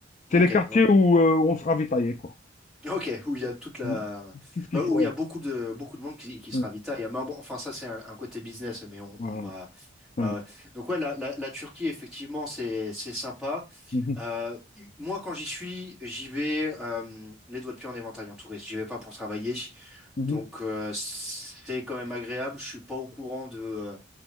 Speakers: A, in the centre; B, on the left.
A: Ok,
B: C'est les quartiers
A: ok,
B: où euh, on se ravitaillait, quoi.
A: ok, où il y a toute la,
B: Mm. Tout ce qu'il
A: bah,
B: faut.
A: où il
B: ouais.
A: y a beaucoup de beaucoup de monde qui, qui
B: Oui,
A: se ravitaille. Mais bon, enfin ça c'est un, un côté business, mais on, on
B: Voilà.
A: va,
B: Ouais.
A: ouais, ouais. Donc ouais, la, la, la Turquie effectivement c'est c'est sympa.
B: Mhm,
A: Euh, moi quand j'y suis, j'y vais euh, les doigts de pied en éventail en touriste. J'y vais pas pour travailler,
B: mhm,
A: donc euh, c'est quand même agréable. Je suis pas au courant de euh,